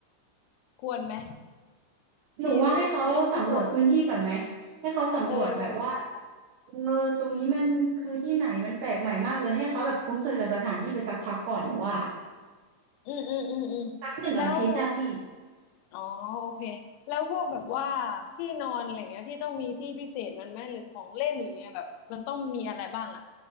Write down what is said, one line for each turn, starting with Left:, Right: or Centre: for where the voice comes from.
Left: ควรไหม
Right: หนูว่าให้เขาสำรวจพื้นที่ก่อนไหม
Left: ที่แล้วที่นอน
Right: ให้เขาสำรวจแบบว่า
Left: เอออ๋อ
Right: เออตรงนี้มันคือที่ไหนมันแปลกใหม่มากเลยให้เขาแบบคุ้นเคยกับสถานที่ไปสักพักก่อนหนูว่า
Left: อืมอืมอืมอืม
Right: สักหนึ่งอาทิตย์อะพี่
Left: แล้วอ๋อโอเคแล้วพวกแบบว่าที่นอนอะไรเงี้ยพี่ต้องมีที่พิเศษมันไหมหรือของเล่นหรือไงแบบมันต้องมีอะไรบ้างอ่ะ